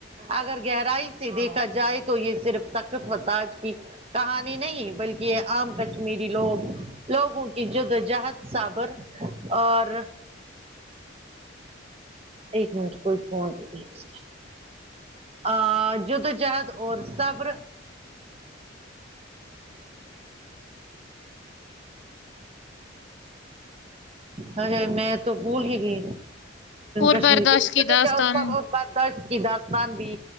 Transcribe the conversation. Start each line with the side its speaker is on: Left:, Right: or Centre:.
Right: اگر گہرائی سے دیکھا جائے تو یہ صرف تخت فتاج کی کہانی نہیں بلکہ یہ عام کشمیری لوگ لوگوں کی جدوجہد صبر اور ایک منٹ کوئی فون کیا اس نے ا جدو جہد اور صبر ہے ہے میں تو بھول ہی گی
Left: اور
Right: کشمیر
Left: برداشت
Right: کے <unintelligible>
Left: کی داستان
Right: کی داستان بھی